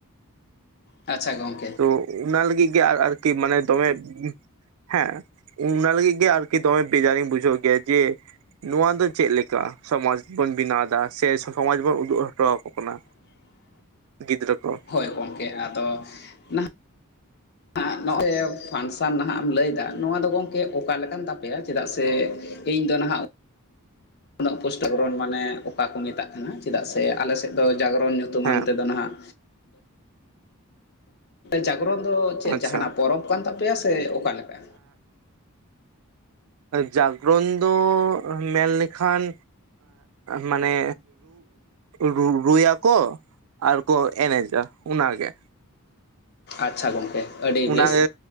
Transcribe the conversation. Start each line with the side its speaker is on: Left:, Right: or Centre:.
Left: ᱟᱪᱪᱷᱟ ᱜᱚᱝ
Right: ᱛᱚ ᱚᱱᱟ ᱞᱟᱹᱜᱤᱜ ᱜᱮ ᱟᱨ ᱟᱨᱠᱤ ᱢᱟᱱᱮ ᱫᱚᱢᱮ ᱦᱮᱸ ᱚᱱᱟ ᱞᱟᱹᱜᱤᱫ ᱜᱮ ᱟᱨᱠᱤ ᱫᱚᱢᱮ ᱵᱮᱡᱟᱨᱤᱧ ᱵᱩᱡᱷᱟᱹᱣ ᱜᱮᱭᱟ ᱡᱮ ᱱᱚᱶᱟ ᱫᱚ ᱪᱮᱫ ᱞᱮᱠᱟ ᱥᱚᱢᱟᱡᱽ ᱵᱚᱱ ᱵᱮᱱᱟᱣ ᱮᱫᱟ ᱥᱮ ᱥᱚᱢᱟᱡᱽ ᱵᱚᱱ ᱩᱫᱩᱜ ᱚᱴᱚ ᱟᱠᱚ ᱠᱟᱱᱟ᱾
Left: <unintelligible>
Right: ᱜᱤᱫᱽᱨᱟᱹ ᱠᱚ᱾
Left: ᱦᱚᱭ ᱜᱚᱝᱠᱮ ᱟᱫᱚ ᱱᱟᱜ ᱟᱨ ᱱᱚᱜᱼᱚᱭ ᱯᱷᱟᱱᱥᱮᱱ ᱱᱟᱦᱟᱜ ᱮᱢ ᱞᱟᱹᱭ ᱮᱫᱟ ᱱᱚᱶᱟ ᱫᱚ ᱜᱚᱝᱠᱮ ᱚᱠᱟ ᱞᱮᱠᱟᱱ ᱛᱟᱯᱮᱭᱟ ᱪᱮᱫᱟᱜ ᱥᱮ ᱤᱧ ᱫᱚ ᱱᱟᱦᱟᱜ ᱩᱱᱟᱹᱜ ᱯᱩᱥᱴᱟᱹ ᱡᱟᱜᱽᱨᱚᱱ ᱢᱟᱱᱮ ᱚᱠᱟ ᱠᱚ ᱢᱮᱛᱟᱜ ᱠᱟᱱᱟ ᱪᱮᱫᱟᱜ ᱥᱮ ᱟᱞᱮᱥᱮᱫ ᱫᱚ ᱡᱟᱜᱽᱨᱚᱱ ᱧᱩ ᱧᱩᱛᱩᱢᱟᱱ
Right: ᱦᱮᱸ
Left: ᱛᱮᱫᱚ ᱱᱟᱦᱟᱜ ᱡᱟᱜᱽᱨᱚᱱ ᱫᱚ ᱪᱮᱫ
Right: ᱟᱪᱪᱷᱟ
Left: ᱡᱟᱦᱱᱟᱜ ᱯᱚᱨᱚᱵᱽ ᱠᱟᱱ ᱛᱟᱯᱮᱭᱟ ᱥᱮ ᱚᱠᱟᱮ ᱞᱮᱠᱟ?
Right: ᱡᱟᱜᱽᱨᱚᱱ ᱫᱚ ᱢᱮᱱ ᱞᱮᱠᱷᱟᱱ ᱢᱟᱱᱮ ᱨᱩ ᱨᱩᱭᱟᱠᱚ, ᱟᱨ ᱠᱚ ᱮᱱᱮᱡᱟ ᱚᱱᱟ ᱜᱮ᱾
Left: ᱟᱪᱪᱷᱟ ᱜᱚᱢᱠᱮ ᱟᱹᱰᱤ ᱵᱮᱥ
Right: ᱚᱱᱟᱜᱮ